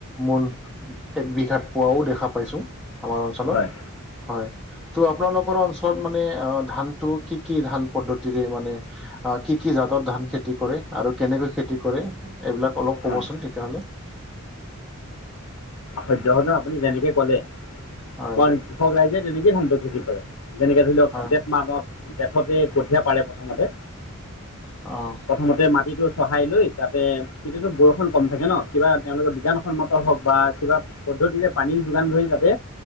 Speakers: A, in the centre; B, on the left.
A: মুল এক বিঘাত পোৱাও দেখা পাইছোঁ আমাৰ অঞ্চলত
B: হয়
A: হয়। ত' আপোনালোকৰ অঞ্চলত মানে ধানটো কি কি ধান পদ্ধতিৰে মানে কি কি জাতত ধান খেতি কৰে আৰু কেনেকৈ খেতি কৰে এইবিলাক অলপ ক'বচোন
B: অঁ
A: তেতিয়াহ'লে।
B: সদ্য সতে সদন আপুনি যেনেকে ক'লে
A: হয়
B: সব কৃষক ৰাইজে তেনেকেই ধান্ত খেতি কৰে। যেনেকে ধৰি লওক
A: হয়
B: জেঠ মানত জেঠতে কঠীয়া পাৰে প্ৰথমতে
A: অ'।
B: প্ৰথমতে মাটিটো চহাই লৈ তাতে তেতিয়াতো বৰষুণ কম থাকে ন কিবা তেওঁলোকৰ বিজ্ঞানসন্মত হওক বা কিবা পদ্ধতিৰে পানীৰ যোগান ধৰি যাতে